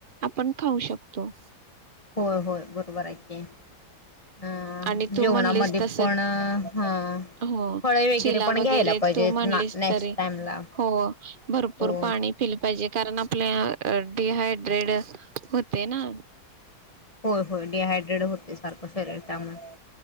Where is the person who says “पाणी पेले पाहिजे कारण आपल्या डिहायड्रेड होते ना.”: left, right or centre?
Right